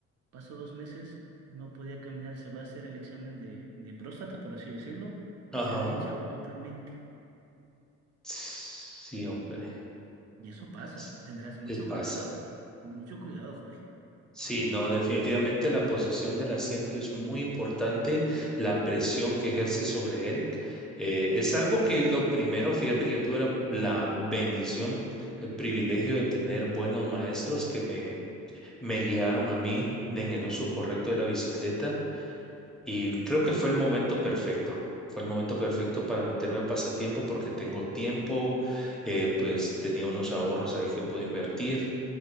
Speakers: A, on the right; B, in the centre.
A: Pasó dos meses, no podía caminar, se va a hacer el examen de, de próstata, por así decirlo,
B: Ajá.
A: se había hinchado totalmente.
B: Sí, hombre.
A: Y eso pasa,
B: Es,
A: tendrás mucho
B: es- pasa.
A: cuidado, mucho cuidado, Jorge.
B: Sí, no, definitivamente la posición del asiento es muy importante, la presión que ejerce sobre él. eh, es algo que lo primero, fíjate que yo tuve la, la bendición, el privilegio de tener buenos maestros que me, me guiaron a mí en el uso correcto de la bicicleta Y creo que fue el momento perfecto. Fue el momento perfecto para meterme al pasatiempo porque tengo tiempo, eh, pues tenía unos ahorros ahí que pude invertir